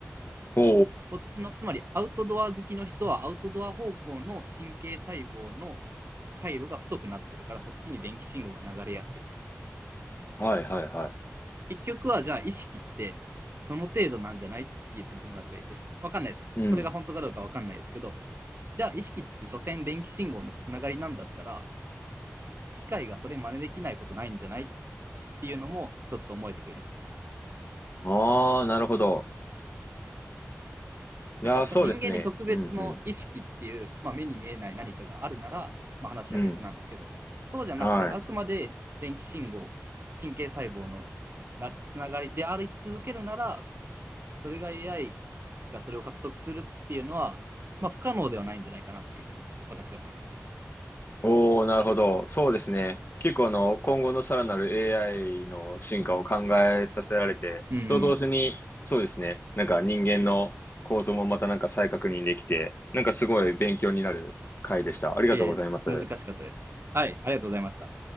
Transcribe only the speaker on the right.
こっちの、つまりアウトドア好きの人はアウトドア方向の神経細胞の回路が太くなってるから、そっちに電気信号が流れやすい。
結局はじゃあ意識ってその程度なんじゃないって言ってる友達がいて、わかんないです。
これが本当かどうかわかんないですけど、じゃあ意識って所詮電気信号のつながりなんだったら、機械がそれ真似できないことないんじゃないっていうのも一つ思えてくるんですよ。
なんか人間に特別の意識っていう、
まあ、目に見えない何かがあるなら、まあ、話は別なんですけど、
そうじゃなくてあくまで電気信号、
神経細胞のつながりであり続けるなら、それが AI がそれを獲得するっていうのは、まあ不可能ではないんじゃないかなっていうふうに私は思います。
うん。
えー難しかったです。はい、ありがとうございました。